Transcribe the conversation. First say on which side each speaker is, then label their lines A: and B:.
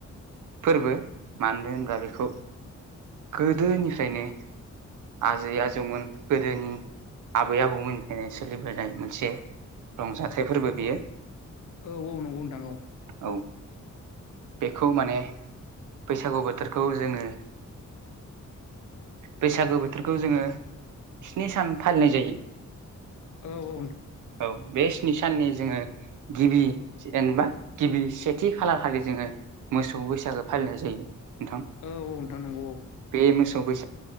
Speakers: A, on the right (about 80°); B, on the left (about 70°).
A: फोरबो मानो होनोबब्ला बेखौ गोदोनिफ्रायनो आजै आजौमोन गोदोनि आबै आबौमोननिफ्रायनो सोलिबोनाय मोनसे रंजाथाइ फोरबो बियो
B: औ औ नंगौ नोंथां औ
A: औ बेखौ माने बैसागु बोथोरखौ जोङो बैसागो बोथोरखौ जोङो स्नि सान फालिनाय जायो
B: औ
A: औ बे स्नि साननि जोङो गिबि जेनेबा गिबि सेथि खालार खालि जोङो मोसौ बैसा खौ फालिनाय जायो। नोंथां
B: औ औ नोंथां नंगौ औ।
A: बे मोसौ बैसागो